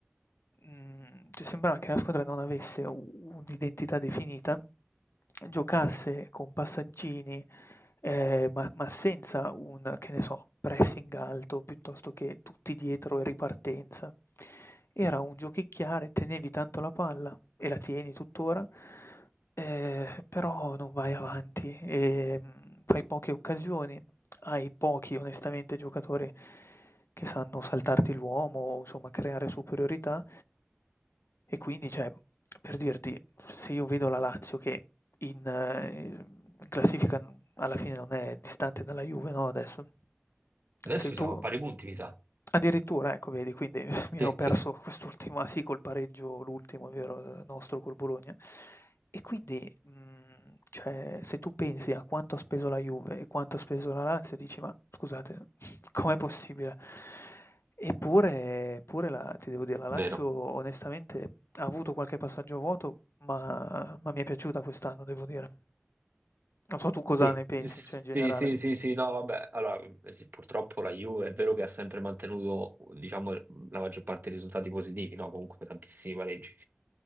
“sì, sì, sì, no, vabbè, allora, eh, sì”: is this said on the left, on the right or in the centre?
Right